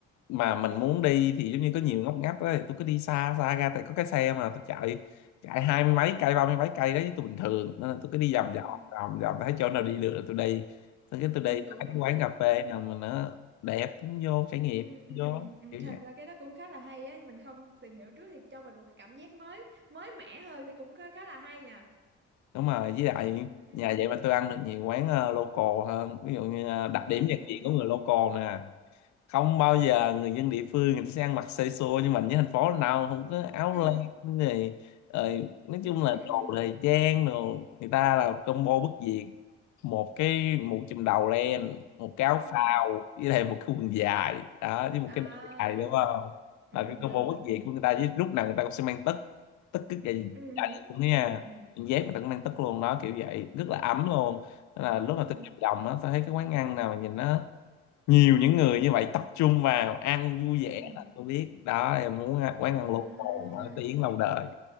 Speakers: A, on the left; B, on the right.
A: mà mình muốn đi thì giống như có nhiều ngóc ngách đó, thì tôi cứ đi xa xa ra tại có cái xe mà tôi chạy chạy hai mươi mấy cây ba mươi mấy cây đấy tôi bình thường nên là tôi cứ đi vòng
B: Ừ.
A: vòng vòng vòng thấy chỗ nào đi được là tôi đi xong cái tôi
B: Ừ
A: đi tới
B: cũng
A: cái
B: đúng
A: quán
B: cái
A: cà phê
B: đó
A: nào mà nó đẹp cũng vô trải nghiệm
B: Ừ, ừ,
A: vô
B: ừ. ừ,
A: kiểu
B: Thật
A: vậy
B: ra cái đó cũng khá là hay á mình không tìm hiểu trước thì cho mình một cái cảm giác mới mới mẻ hơn thì cũng khá khá là hay nhờ
A: đúng rồi với lại
B: ừ
A: nhà vậy mà tôi ăn được nhiều quán ờ, local hơn ví dụ như ờ, đặc
B: à
A: điểm nhận diện của người local nè không bao giờ người dân địa phương người ta sẽ ăn mặc xê xô nhưng mà như thành phố nào không có áo
B: ừ
A: len này rồi nói chung
B: ừ
A: là
B: ừ
A: đồ thời trang đồ người ta là combo bất diệt một cái mũ chùm đầu len một cái áo
B: ừ
A: phao với lại một cái quần dài đó với một
B: à
A: cái đai dài
B: đúng
A: đúng không
B: rồi đúng rồi ừ
A: là cái combo
B: đúng rồi
A: bất
B: đúng
A: diệt
B: rồi
A: của người ta với lúc nào người ta cũng sẽ mang tất tất cứ cái gì
B: ừ
A: chả
B: hử,
A: gì cũng thế nha
B: ừ ừ
A: Quần dép người ta cũng mang tất luôn đó kiểu vậy rất là ấm luôn Nên là lúc
B: ừ
A: mà tôi nhập vòng á tôi thấy cái quán ăn nào mà nhìn nó nhiều những người như vậy tập trung vào ăn vui
B: ừ
A: vẻ là tôi biết đó em muốn ăn- quán ăn
B: à
A: local nổi tiếng lâu đời